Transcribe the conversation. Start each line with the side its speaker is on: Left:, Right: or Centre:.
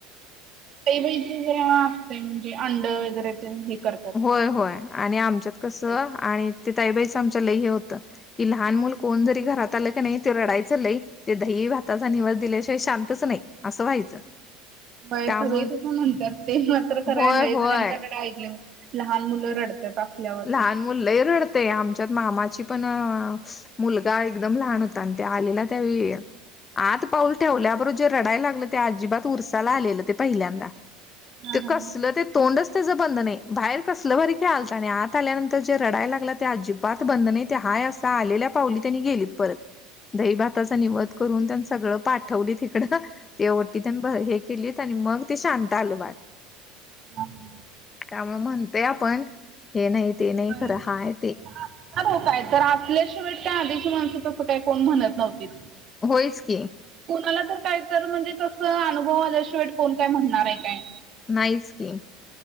Right: तेैेव असते म्हणजे अंड वगैरे ते हे करत.
Left: होय होय आणि आमच्यात कसं
Right: ते.
Left: आणि ते ताईबाईचं आमच लय हे होतं की लहान मुल कोण जरी घरात आलं की नाही ते रडायचं लय ते दही भाताचा निवद दिल्याशिवाय शांतच नाही. असं व्हायचं
Right: व्हय
Left: त्यामुळे
Right: सगळी तस म्हणतात ते मात्र करायला
Left: होय
Right: नाही
Left: होय
Right: त्यांच्याकडे ऐकले म लहान मुलं रडतात असल्यावरती.
Left: लहान मुललंही रडतय आमच्यात मामाची पण मुलगा एकदम लहान होता आणि ते आलेला त्यावे आत पाऊल ठेवल्याबरोबर जे रडाय लागलं ते अजिबात उरसाला आलेलं ते पहिल्यांदा.
Right: हा
Left: ते
Right: हा.
Left: कसलं ते तोंडच त्याचं बंद नाही बाहेर कसलं भरी खळालता आणी आत आल्यानंतर जे रडाय लागला ते अजिबात बंद नाही ते हा असा आलेल्या पावली त्यांनी गेलीत परत. दही भाताचा निवध करून त्यांनी सगळं पाठवली तिकडं ते वटी त्यां हे केलीत आणि मग ते शांत आलं बाळ.
Right: हम
Left: त्यामुळे म्हणतय आपण हे नाही ते नाही
Right: होय
Left: खरं
Right: असणार
Left: हाय ते.
Right: हो काय तर आसल्याशिवाय काय आधीची माणसं तसं काय कोण म्हणत नव्हती
Left: होयच की
Right: कोणाला तर काय तर म्हणजे तस अनुभव आल्याशिवाय कोण काय म्हणणार आहे काय?
Left: नाहीच की